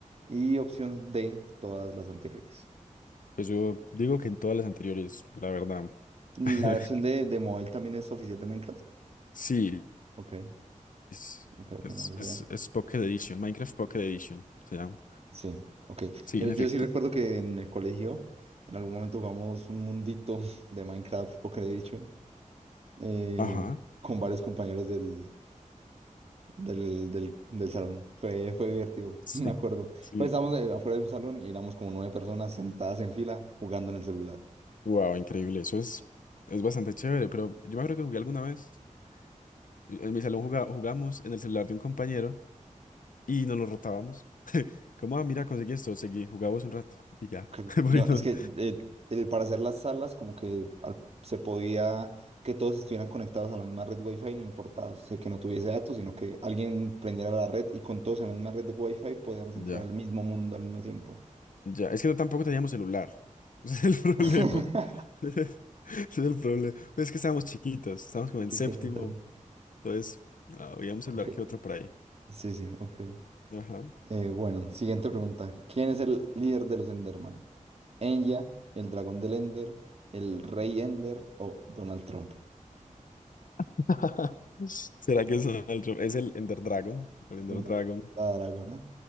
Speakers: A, on the right; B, on the left.
A: Y opción D, todas las anteriores.
B: Pues yo digo que en todas las anteriores, la verdad.
A: ¿La
B: <laughs>
A: versión de, de móvil también es oficial de Minecraft?
B: Sí,
A: Ok,
B: es,
A: ok, ok,
B: es,
A: no lo
B: es,
A: sabía.
B: es Pocket Edition, Minecraft Pocket Edition se llama.
A: Sí, ok.
B: Sí,
A: Yo,
B: en
A: yo
B: efecto.
A: sí recuerdo que en el colegio en algún momento jugamos un mundito <laughs> de Minecraft Pocket Edition eh,
B: Ajá.
A: con varios compañeros del, del, del, del salón. Fue, fue divertido,
B: Sí,
A: <laughs> me acuerdo.
B: sí.
A: Pues estábamos eh, afuera de un salón y éramos como nueve personas sentadas en fila jugando en el celular.
B: Wow, increíble. Eso es, es bastante chévere, pero yo me acuerdo que jugué alguna vez. En mi salón juga- jugamos en el celular de un compañero y nos lo rotábamos. Como, ah, mira, conseguí esto, seguí, jugábamos un rato y ya.
A: Ok.
B: <laughs> Porque
A: No, es
B: no-
A: que eh, eh, para hacer las salas como que al- se podía que todos estuvieran conectados a la misma red Wi-Fi, no importaba, o sea, que no tuviese datos, sino que alguien prendiera la red y con todos en la misma red de Wi-Fi podíamos
B: Ya,
A: entrar al mismo mundo al mismo tiempo.
B: ya. Es que no, tampoco teníamos celular. <laughs> Ese es el problema.
A: <laughs>
B: <laughs> Ese es el problema. Pues es que estábamos chiquitos, estábamos como
A: Un
B: en
A: Pequeño
B: séptimo.
A: detalle.
B: Entonces, ah, había un celular
A: Ok.
B: que otro por ahí.
A: Sí, sí, ok.
B: Ajá.
A: Eh, bueno, siguiente pregunta. ¿Quién es el líder de los Enderman? ¿Enya, el dragón del Ender, el rey Ender o Donald Trump?
B: <laughs> ¿Será que es otro? Es el Ender Dragon. El Ender
A: El dragón,
B: Dragon.
A: la dragona.